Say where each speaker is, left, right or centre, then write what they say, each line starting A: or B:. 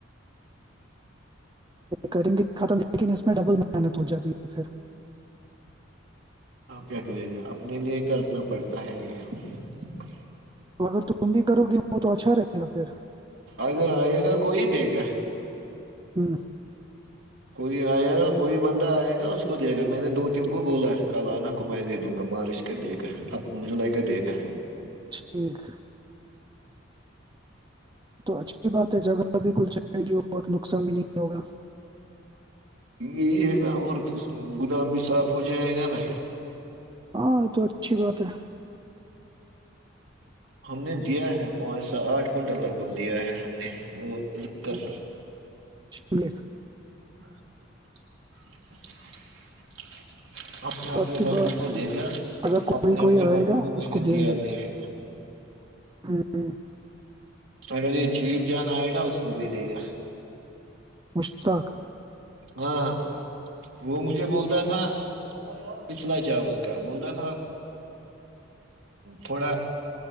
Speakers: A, on the right; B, on the right.
A: کریں گے ختم لیکن اس میں ڈبل محنت ہو جاتی ہے پھر <unintelligible>
B: آپ کیا کرے گا اپنے لیے کرنا پڑتا ہے یہ <unintelligible>
A: تو اگر تم بھی کرو گی وہ تو اچھا رہے گا پھر <unintelligible>
B: اگر آئے گا کو ہی دے گا
A: ہاہ <unintelligible>
B: کوئی آئے گا کوئی بندہ آئے گا اس کو دے گا میں نے دو تین کو بولا کل آنا کو میں دے دوں گا مارچ کے دے گا اب مجھے ل کے دے گا
A: ٹھیک <unintelligible> تو اچھی بات ہے جگہ ب کل چلے گی اور نقصان بھی نہیں ہوگا
B: یہی ہے گا اور گودام بھی صاف ہو جائے گا نا
A: ہاں یہ تو اچھی بات ہے
B: ہم نے دیا ہے پانچ س آٹھ کنٹل لگ بھگ دیا ہے ہم نے وہ لکھ کر
A: ہ
B: ہے
A: شکری <unintelligible>
B: <inaudible> اپنے
A: تو
B: اپنے
A: اچھی
B: بندو
A: بات
B: کو
A: ہے
B: دے گا
A: اگر کوئی
B: اپنے اپنے
A: کوئی آئے
B: بندو
A: گا
B: میں
A: اس
B: نے
A: کو دیں
B: دیا
A: گے
B: بھی ہے
A: ہ
B: اگر یہ چیپ جان آئے گا اس کو بھی دے گا
A: مشتق <unintelligible>
B: ہاں وہ مجھے بولتا تھا پچھلا چاول کا بولتا تھا تھوڑا